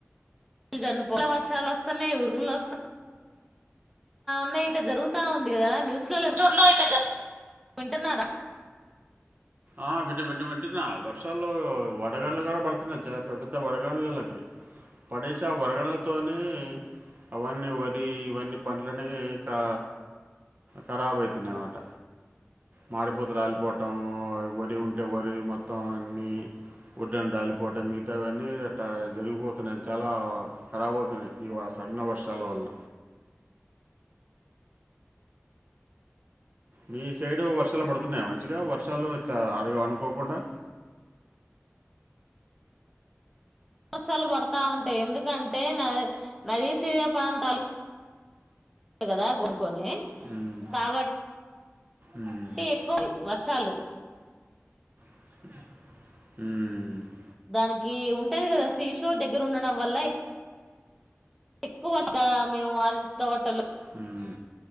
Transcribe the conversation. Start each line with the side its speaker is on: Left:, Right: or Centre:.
Centre: చనిపోవడం వర్షాలు వస్తున్నాయి ఉరుములు వస్తు న్నాయి ఇట్ల జరుగుతా ఉంది కదా న్యూస్ లలో
Right: జూన్ లో అయితే జ
Centre: వింటున్నారా
Right: ఆ వింట వింట వింటున్నా వర్షాలు వడగళ్ళు కూడా పడుతున్నయ్ జాగ్రత్త పెద్ద వడగనులకి పడేస ఆ వడగళ్ల తోటి అవన్నీ వరి ఇవన్నీ పంటలనేకా ఖరాబ్ అయితున్నాయనమాట మాడిపూత రాలిపోవటం వరి ఉంటే వరి మొత్తం అన్నిీ వడ్డున రాలిపోవటం మిగతా అవన్నీ జరిగిపోతున్నాయి చాలా ఖరాబ్ అవుతున్నాయి ఈ వర్ష పడిన వర్షాల వల్ల మీ సైడు వర్షాలు పడుతున్నాయా మం చిగా వర్షాలు ఇట్ల అను అనుకోకుండా
Centre: వర్షాలు పడతా ఉంటాయి ఎందుకంటే <unintelligible> ప్రాంతాలు కదా గు కొని
Right: మ్మ్.
Centre: కాబట్టి
Right: మ్మ్.
Centre: ఎక్కువ వర్షాలు
Right: ఉమ్
Centre: దానికి ఉంటది కదా సీషోర్ దగ్గర ఉండడం వల్ల ఎక్కువగా మేము ఆరటీ తోటలు
Right: మ్మ్.